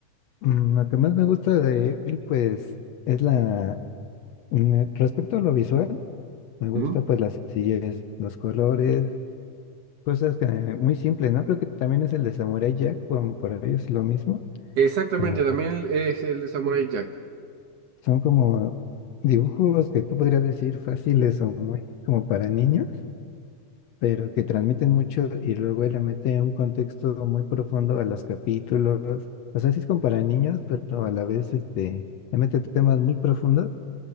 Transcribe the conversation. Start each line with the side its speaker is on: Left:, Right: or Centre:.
Left: mm, lo que más me gusta de él, pues, es la, Mm, eh, Respecto a lo visual, me gusta
Right: ¿Mm?
Left: pues la sencillez, los colores, cosas que muy simples, ¿no? Creo que también es el de Samurai Jack, como por ellos es lo mismo,
Right: Exactamente,
Left: como
Right: también es el de Samurai Jack.
Left: son como dibujos que tú podrías decir fáciles o muy como para niños, pero que transmiten mucho y luego él le mete un contexto muy profundo a los capítulos. O sea, sí es como para niños, pero a la vez este le mete temas muy profundos